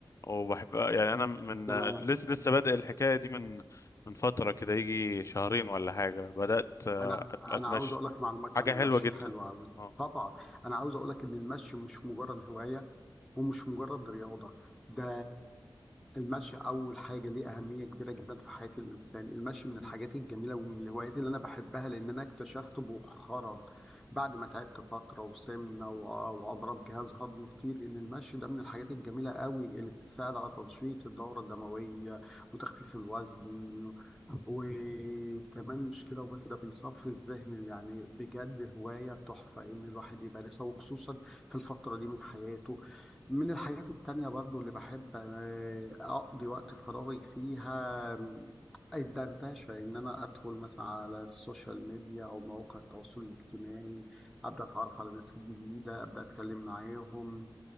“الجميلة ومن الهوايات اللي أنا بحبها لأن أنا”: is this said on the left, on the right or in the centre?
Centre